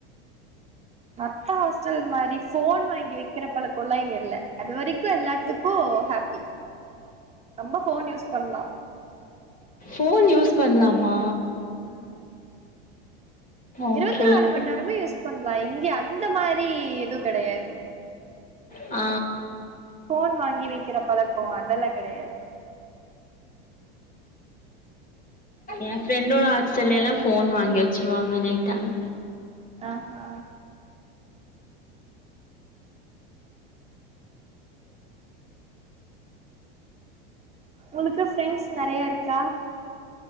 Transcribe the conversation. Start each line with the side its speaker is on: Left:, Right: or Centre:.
Right: மத்த ஹாஸ்டல் மாரி ஃபோன் வாங்கி வைக்கிற பழக்கோல்லா இங்க இல்ல. அதுவரைக்கு எல்லாத்துக்கு ஹாப்பி ரொம்ப ஃபோன் யூஸ் பண்லா.
Left: ஃபோன் யூஸ் பண்லாமா? ஓகே,
Right: இருபத்தி நாலு
Left: ஓகே.
Right: மணி நேரமு யூஸ் பண்லா இங்க அந்த மாரி எதுவு கெடையாது.
Left: ஆ
Right: ஃபோன் வாங்கி வைக்கிற பழக்கோ அதெல்லா கெடையாது.
Left: என் ஃப்ரெண்டோட ஹாஸ்டல்ல எல்லா ஃபோன் வாங்கி வச்சிருவாங்க நைட் ஆனா.
Right: ஆ ஹா. உனக்கு ஃப்ரெண்ட்ஸ் நெறைய இருக்கா?